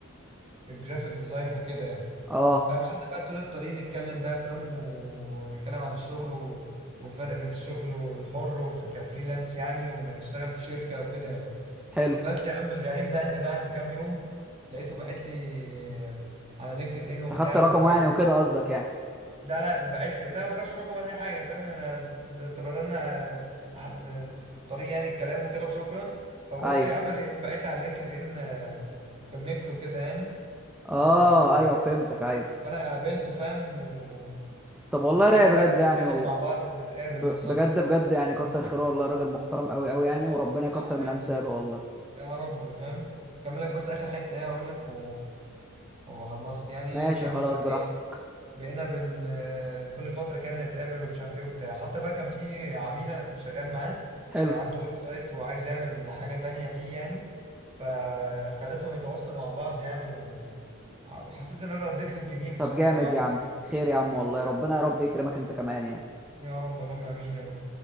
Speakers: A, on the right; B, in the centre.
A: في الجرافيك ديزاين وكده يعني
B: اه
A: فاهم قعدنا بقى طول الطريق نتكلم بقى فاهم ونتكلم عن الشغل و... والفرق بين الشغل والحر والف... كفريلانس يعني وانك تشتغل في شركة وكده يعني
B: حلو
A: بس يا عم الغريب بقى ان بعد كام يوم لقيته باعت لي على لينكد ان وبتاع
B: انت خدت رقمه
A: وبعت
B: يعني
A: لي
B: وكده قصدك يعني
A: لا لا باعت لي لا ما خدش رقم ولا اي حاجة فاهم احنا ب- تبادلنا أحد... بالطريق يعني الكلام وكده وشكرا فببص
B: ايوه
A: يا عم لقيته باعت لي على لينكد ان كونكت وكده يعني
B: اه
A: آه،
B: ايوه فهمتك ايوه
A: فانا قابلته فاهم
B: طب والله
A: وبقينا
B: رايق بجد
A: بقى نتكلم
B: يعني و...
A: مع بعض ونتقابل
B: ب...
A: بالظبط
B: بجد بجد يعني كتر خيره والله راجل محترم قوي قوي يعني
A: اه
B: وربنا
A: بصراحة
B: يكتر من
A: يعني
B: امثاله والله
A: يا رب فاهم كمل لك بس اخر حتة ايه هقول لك و... وما خلصت يعني
B: ماشي
A: فاهم
B: خلاص
A: فايه
B: براحتك
A: بقينا بن آه، كل فترة كان نتقابل ومش عارف ايه وبتاع حتى بقى كان في عميل انا كنت شغال معاه
B: حلو
A: كان عنده ويب سايت وعايز يعمل حاجة تانية فيه يعني فخليتهم يتواصلوا مع بعض يعني و... وحسيت ان انا رديت له الجميل بصراحة
B: طب جامد
A: اللي هو عمله
B: يا عم
A: لي.
B: خير يا عم والله ربنا يا رب يكرمك انت كمان يعني
A: يا رب اللهم امين يا رب